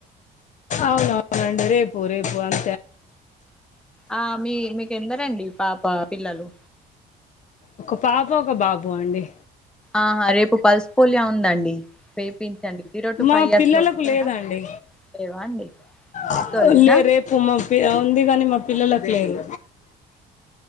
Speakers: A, on the left; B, in the centre.
A: అవును అవునండి రేపు రేపు అం
B: ఆ మీ మీకు ఎందరు అండి పా పా పిల్లలు
A: ఒక పాప ఒక బాబు అండి
B: ఆహా రేపు పల్స్ పోలియో ఉందండి వేపించండి జీరో టు
A: మా
B: ఫైవ్ ఇయర్స్
A: పిల్లలకు
B: లో ఉంటారా
A: లేదాండి
B: లేవా అండి పెద్దోళ్ళేనా
A: ఆ లే రేపు మా పి ఉంది కానీ మా పిల్లలకు లేదు